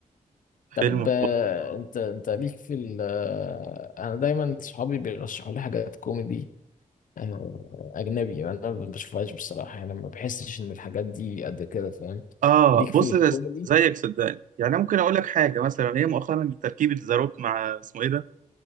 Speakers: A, on the right; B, on the left.
A: فيلم
B: طب آه، انت انت ليك في ال آه، انا دايما صحابي بيرشحوا لي حاجات كوميدي آه، اجنبي انا ما بشوفهاش بصراحه يعني ما بحسش ان الحاجات دي قد كده فاهم
A: اه
B: ليك
A: بص
B: في الكوميدي
A: ده زيك صدقني يعني ممكن اقول لك حاجه مثلا هي مؤخرا تركيبه زاروك مع اسمه ايه ده